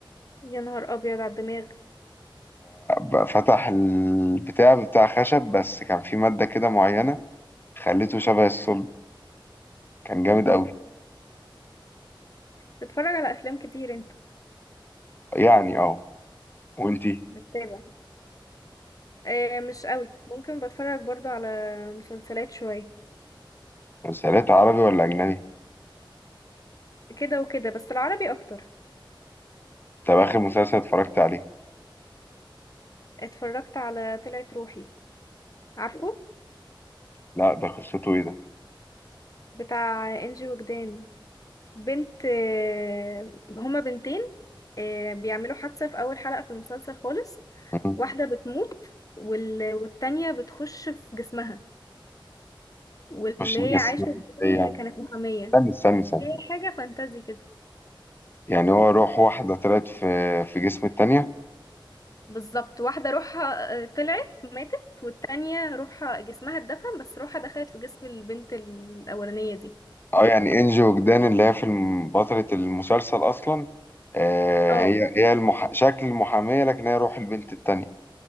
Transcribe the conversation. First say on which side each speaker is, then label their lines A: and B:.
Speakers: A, on the left; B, on the left.
A: يا نهار ابيض على الدماغ
B: ففتح البتاع بتاع خشب بس كان في مادة كده معينة خليته شبه الصلب كان جامد
A: اه
B: قوي
A: بتتفرج على افلام كتير انت
B: يعني اه وانتي
A: بتتابع آه مش قوي ممكن بتفرج برضو على مسلسلات شوية
B: مسلسلات عربي ولا اجنبي
A: كده وكده بس العربي اكتر
B: طب اخر مسلسل اتفرجت عليه
A: اتفرجت على طلعت روحي عارفه
B: لا ده قصته ايه ده
A: بتاع انجي وجدان بنت آه، هما بنتين آه، بيعملوا حادثة في أول حلقة في المسلسل خالص
B: مم.
A: واحدة بتموت وال... والتانية بتخش في جسمها واللي
B: خش في
A: هي
B: جسم
A: عايشة
B: ازاي
A: دي
B: يعني
A: كانت محامية
B: استنى استنى استنى
A: هي حاجة فانتازي كده
B: يعني هو روح واحدة طلعت في في جسم التانية
A: بالظبط واحدة روحها آه، طلعت ماتت والتانية روحها جسمها اتدفن بس روحها دخلت في جسم البنت الأولانية دي
B: اه يعني انجي وجدان اللي هي في الم- بطلة المسلسل اصلا آه
A: اه
B: هي هي المح... شكل المحامية لكن هي روح البنت التانية